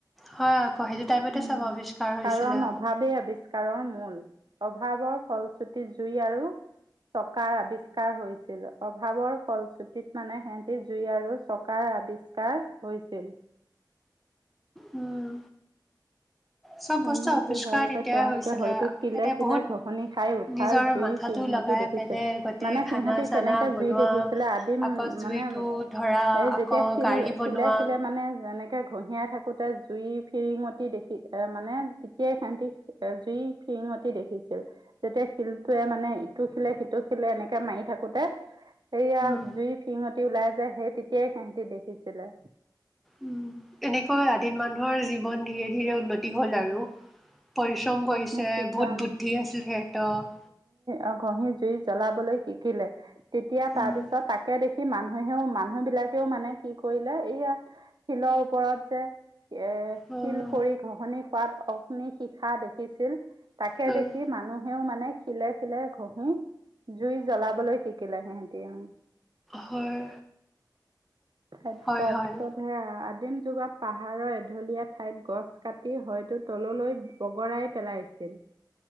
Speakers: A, in the centre; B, on the right.
A: হয় আকৌ, সেইটো টাইমতে
B: উম,
A: চব আৱিষ্কাৰ হৈছিলে।
B: কাৰণ অভাৱেই আৱিষ্কাৰৰ মূল । অভাৱৰ ফলশ্ৰুতি জুই আৰু চকাৰ আৱিষ্কাৰ হৈছিল । অভাৱৰ ফলশ্ৰুতিত মানেহে জুই আৰু চকাৰ আৱিষ্কাৰ হৈছিল।
A: উম। চব
B: অৰণ্যবাসী
A: বস্তু আৱিষ্কাৰ
B: হোৱাৰ বাবে
A: তেতিয়াই
B: তেওঁলোকে
A: হৈছিলে
B: হয়তো শিলে-শিলে
A: সিহঁতে বহুত
B: ঘঁহনি খাই উঠাৰ
A: নিজৰ
B: জুই
A: মাথাটো
B: ফিৰিঙতি
A: লগাই
B: দেখিছিল
A: পেলাই
B: ।
A: গোটেই
B: মানে
A: খানা
B: সিহঁতি
A: চানা
B: কেনেকে
A: বনোৱা
B: জুই দেখিছিলে আদিম
A: আকৌ জুইটো
B: মানে,
A: ধৰা
B: এই
A: আকৌ
B: যেতিয়া শিল-
A: গাড়ী বনোৱা
B: শিলে-শিলে মানে যেনে কে ঘঁহিয়াই থাকোঁতে জুইৰ ফিৰিঙতি দেখি এ মানে তেতিয়াই সিহঁতি এ- জুইৰ ফিৰিঙতি দেখিছিল । যেতিয়া শিলটোৱে মানে ইটো শিলে - সিটো শিলে এনেকে মাৰি থাকোঁতে, সেয়া
A: উম।
B: জুই ফিৰিঙতি ওলাই যায়, সেই তেতিয়াই সিহঁতি দেখিছিলে।
A: উম এনেকৈ আদিম মানুহৰ জীৱন ধীৰে ধীৰে উন্নতি হ'ল আৰু। পৰিশ্ৰম কৰিছে।
B: অগ্নিশিখা
A: বহুত বুদ্ধি আছিল সিহঁত ।
B: অ' ঘঁহি জুই জ্বলাবলৈ শিকিলে। তেতিয়া তাৰ
A: উম।
B: পিছত তাকে দেখি সেই মানুহেহেও- মানুহেবিলাকেও মানে কি কৰিলে, এইয়া শিলৰ ওপৰত যে এ-
A: উম,
B: শিল পৰি ঘঁহনি খোৱাত অগ্নিশিখা দে খিছিল । তাকে
A: উম,
B: দেখি মানুহেও মানে শিলে-শিলে ঘঁহি জুই জ্বলাবলৈ শিকিলে সিহঁতি, উম।
A: হয়,
B: তাৰ-
A: হয়,
B: তাৰ
A: হয়,
B: পিছত সেয়া আদিম যুগত পাহাৰৰ ঢলীয়া ঠাইত গছ কাটি হয়তো তললৈ বগৰাই পেলাইছিল